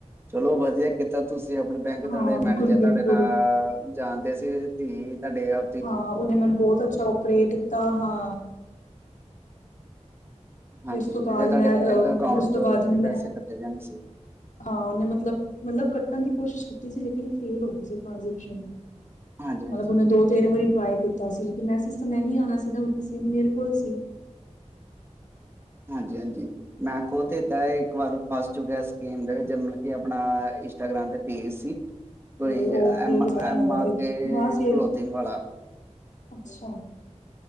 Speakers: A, on the right; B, on the left.
A: ਚਲੋ ਵਧੀਆ ਕਿੱਦ। ਤੁਸੀਂ ਆਪਣੇ ਬੈਂਕ ਤੁਹਾਡੇ
B: ਹਾਂ ਬਿਲਕੁਲ
A: ਮੈਨੇਜਰ
B: ਬਿਲਕੁਲ
A: ਤੁਹਾਡੇ ਨਾਲ ਜਾਣਦੇ ਸੀ ਤੁਸੀਂ ਤਾਡੇ ਆ।
B: ਹਾਂ ਓਨੇ ਮੈਨੂੰ ਬਹੁਤ ਅੱਛਾ ਓਪਰੇਟ ਕੀਤਾ ਹਾਂ।
A: ਹਾਂਜੀ।
B: ਫਿਰ ਉਸ ਤੋਂ
A: ਨਈ
B: ਬਾਅਦ
A: ਤੇ ਤੁਹਾਡੇ
B: ਮੈਂ ਅ
A: ਬੈਂਕ ਅਕਾਊਂਟ
B: ਫਿਰ ਉਸ ਤੋਂ
A: ਚੋਂ
B: ਬਾਅਦ
A: ਮਤਲਬ ਕਿ
B: ਮੈਂ
A: ਪੈਸੇ ਕੱਟੇ ਜਾਣੇ ਸੀ।
B: ਹਾਂ ਓਨੇ ਮਤਲਬ-ਮਤਲਬ ਕੱਟਣ ਦੀ ਕੋਸ਼ਿਸ਼ ਕੀਤੀ ਸੀ ਲੇਕਿਨ ਫੇਲ ਹੋ ਗਈ ਸੀ ਟ੍ਰਾਂਜੈਕਸ਼ਨ।
A: ਹਾਂਜੀ ਹਾਂਜੀ
B: ਮਲਬ ਓਨੇ ਦੋ। ਤਿੰਨ ਵਾਰੀ ਟਰਾਈ ਕੀਤਾ ਸੀ। ਲੇਕਿਨ ਮੈਸੇਜ ਤਾਂ ਮੈ ਨੀ ਆਨਾ ਸੀ ਨਾ। ਸਿਮ ਮੇਰੇ ਕੋਲ ਸੀ।
A: ਹਾਂਜੀ-ਹਾਂਜੀ। ਮੈਂ ਖੁਦ ਏਦਾਂ ਇੱਕ ਵਾਰ ਫਸ ਚੁੱਕਿਆ ਸਕੀਮ ਦੇ ਵਿੱਚ ਮਤਲਬ ਕਿ ਆਪਣਾ ਇੰਸਟਾਗ੍ਰਾਮ ਤੇ ਪੇਜ ਸੀ।
B: ਤੇ
A: ਕੋਈ
B: ਉਹ ਫੇਲ
A: ਐਮ-ਐਮ
B: ਹੋ ਗਿਆ
A: ਆ
B: ਫਿਰ
A: ਕੇ
B: ਬਸ
A: ਕਲੋਥਿੰਗ
B: ਫਿਰ
A: ਵਾਲਾ।
B: ਅੱਛਾ।